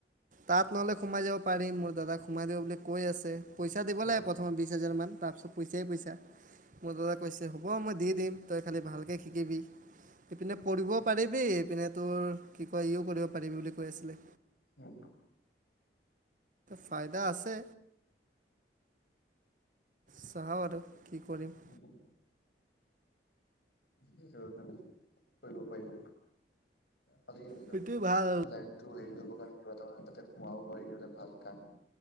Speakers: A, on the right; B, on the left.
A: তাত নহলে, সোমাই যাব পাৰি। মোৰ দাদাক সোমাই দিব বুলি কৈ আছে। পইচা দিব
B: অ',
A: লাগে প্ৰথমত বিশ হাজাৰমান তাৰপিছত পইচাই, পইচা মোৰ দাদা কৈছে হ'ব, মই দি দিম তই খালি ভালকে শিকিবি ইপিনে পঢ়িবও পাৰি। বি, ইপিনে তোৰ কি কয় ইও কৰিব পাৰিবি বুলি কৈ আছিলে।
B: উম,
A: ফাইদা আছে। চাওঁ আৰু কি কৰিম।
B: উম, ঠিকে আছে বাৰু তেন্তে। কৰিব পাৰিলে, খালি নিজৰ
A: সেইটোৱে ভাল
B: লাইফটো হেৰি কৰিব কাৰণে কিবা এটা যাতে সোমাব পাৰি সিহঁতে ভাল কাম